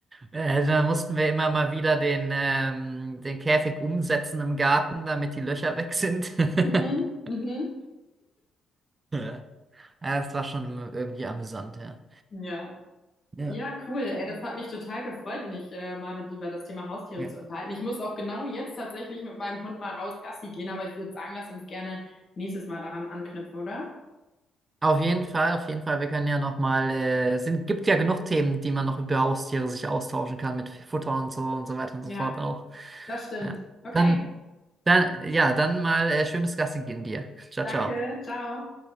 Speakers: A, on the right (about 30°); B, on the left (about 40°).
A: Äh, da mussten wir immer mal wieder den, ähm, den Käfig umsetzen im Garten, damit die Löcher weg sind.
B: Mhm,
A: <laughs>
B: mhm.
A: Ja, das war schon immer irgendwie amüsant, ja.
B: Ja.
A: Ja.
B: Ja, cool. Ey, das hat mich total gefreut, mich äh, mal mit dir über das Thema Haustiere
A: Ja.
B: zu unterhalten. Ich muss auch genau jetzt tatsächlich mit meinem Hund mal raus Gassi gehen, aber ich würde sagen, lass uns gerne nächstes Mal daran anknüpfen, oder?
A: Auf jeden Fall, auf jeden Fall. Wir können ja noch mal, äh, es sind, gibt ja genug Themen, die man noch über Haustiere sich austauschen kann mit Futter und so und so weiter und
B: Ja,
A: so fort auch.
B: das stimmt.
A: Ja.
B: Okay,
A: Dann, dann, ja, dann mal äh, schönes Gassi gehen dir. Ciao,
B: danke.
A: ciao.
B: Ciao.